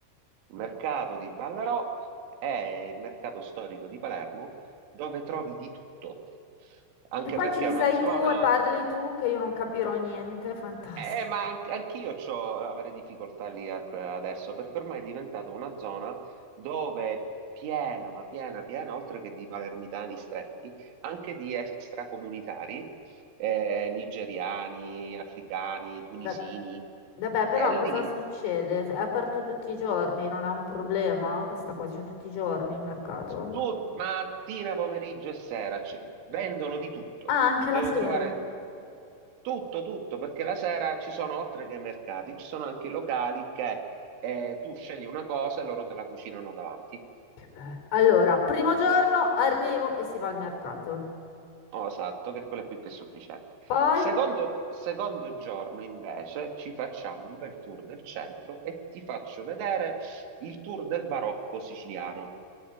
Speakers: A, on the right; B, on the left.
A: Il mercato di Ballarò è il mercato storico di Palermo dove trovi di tutto, anche
B: Che poi
A: perché
B: ci
A: è
B: sei
A: una zona...
B: tu e parli tu che io non capirò niente, fantastico.
A: Eh, ma an- anch'io c'ho, avrei difficoltà lì a- adesso, perché ormai è diventata una zona dove è piena, ma piena, piena, oltre che di palermitani stretti, anche di extracomunitari, eh, nigeriani, africani, tunisini.
B: Va- Vabbè, però
A: E lì
B: cosa succede? È aperto tutti i giorni, non è un problema? Questa qua c'è tutti i giorni il mercato?
A: Tu mattina, pomeriggio e sera c- vendono di tutto.
B: Ah, anche
A: Dovete
B: la sera.
A: trovare tutto, tutto, perché la sera ci sono, oltre che mercati, ci sono anche locali che eh, tu scegli una cosa e loro te la cucinano davanti.
B: Che bello. Allora, primo giorno arrivo e si va al mercato.
A: Oh, esatto, che quello è più che sufficiente.
B: Poi,
A: Il secondo, secondo giorno, invece, ci facciamo un bel tour del centro e ti faccio vedere il tour del barocco siciliano.